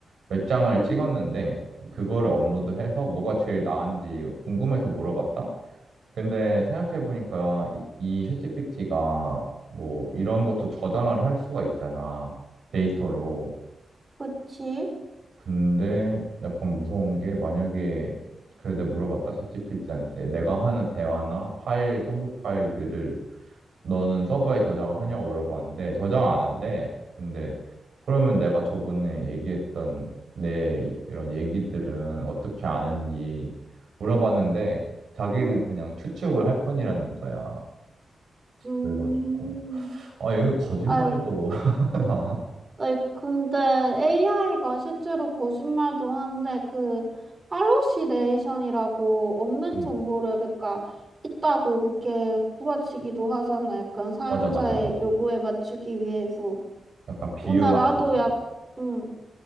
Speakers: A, on the right; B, on the right.
A: 몇 장을
B: 음,
A: 찍었는데 그거를 업로드해서 뭐가 제일 나은지 궁금해서 물어봤다 근데 생각해보니까 이, 이 챗GPT가 뭐 이런 것도 저장을 할 수가 있잖아 데이터로
B: 그치?
A: 근데 약간 무서운 게 만약에 그래도 내가 물어봤다 챗GPT한테 내가 하는 대화나 파일 첨부 파일들을 너는 서버에 저장하냐고 물어봤는데 저장 안 한대. 근데 그러면 내가 저번에 얘기했던 내 이- 이런 얘기들은 어떻게 아는지 물어봤는데 자기는
B: 음.
A: 그냥 추측을 할 뿐이라는 거야.
B: 음,
A: 그래가지고 아 얘가 거짓말도
B: 아,
A: <laughs> 하나?
B: 아니, 근데 AI가 실제로 거짓말도 한데 그 할로시네이션이라고 없는
A: 응
B: 정보를 그러니까 있다고 그렇게 구라치기도 하잖아. 약간 사용자의
A: 맞아 맞아 맞아.
B: 요구에 맞추기 위해서.
A: 약간 비유
B: 오늘
A: 맞춰주는.
B: 나도 약, 음,